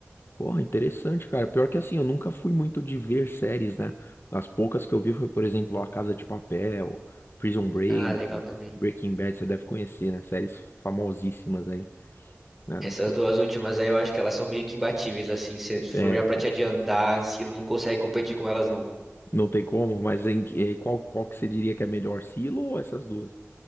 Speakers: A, on the left; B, in the centre.
A: Porra, interessante, cara. Pior que assim, eu nunca fui muito de ver séries, né? As poucas que eu vi foi, por exemplo, A Casa de Papel, Prison Break,
B: Ah, legal também.
A: Breaking Bad, você deve conhecer, né? Séries famosíssimas aí, né? Não
B: Essas
A: sei
B: duas
A: se...
B: últimas aí eu acho que elas são meio que imbatíveis, assim. Se se
A: É,
B: for olhar pra te adiantar, Silo não consegue competir com elas, não.
A: não tem como, mas em, que- eh, qual, qual que você diria que é melhor, Silo ou essas duas?